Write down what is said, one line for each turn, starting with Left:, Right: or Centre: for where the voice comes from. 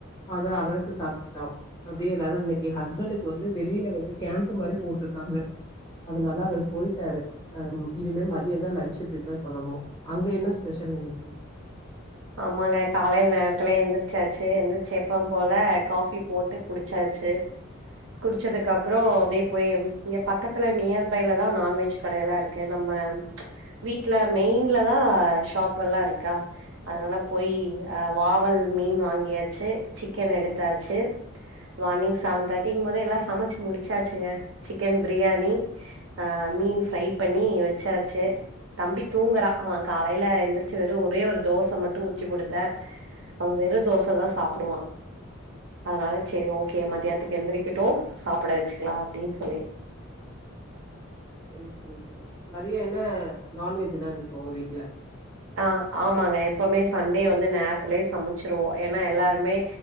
Left: அத அவனுக்கு சாப்டுட்டா அப்டியே எல்லாரு இன்னைக்கு ஹஸ்பண்டுக்கு வந்து வெளியில வந்து கேம்ப்பு மாரி போட்ருக்காங்க அதுனால அவரு போயிட்டாரு அஹ் இனிமே மதியந்தான் லஞ்சு பிரிப்பேர் பண்ணனு அங்க என்ன ஸ்பெஷல் இன்னைக்கி
Right: ஆமாங்க காலைல நேரத்துல எந்திர்ச்சாச்ச் எந்திர்ச்சி எப்பவ் போல காஃபி போட்டு குடிச்சாச்சு குடிச்சதுக்கப்றொ அப்டியே போய் இங்க பக்கத்துல நியர் பைலதான் நான்வெஜ் கடையலா இருக்கெ நம்ம வீட்ல மெயின்லதா ஷாப் எல்லா இருக்கா அதனால போய் வாவல் மீன் வாங்கியாச்சு சிக்கன் எடுத்தாச்சு மார்னிங் செவன் தேர்ட்டிங்கும் போத எல்லா சமைச்சு முடிச்சாச்சுங்க சிக்கன் பிரியாணி ஆஹ் மீன் ஃப்ரை பண்ணி வச்சாச்சு தம்பி தூங்குறா அவ காலைல எந்திரிச்சு வெறு ஒரே ஒரு தோஸ் மட்டு ஊத்திகுடுத்தே அவ வெறு தோசை தா சாப்டுவா அதனால செரி ஓகே மதியானத்துக்கு எந்திரிக்கட்டு சாப்புட வச்சுக்லா அப்டின் சொல்லி
Left: சரி சரி சரி மதியொ என்ன நான்வெஜ் தா இன்னைக்கி உங்க வீட்ல
Right: ஆஹ் ஆமாங்க எப்பவுமே சண்டே வந்து நேரத்துலே சமைச்சிருவோ ஏன்னா எல்லாருமே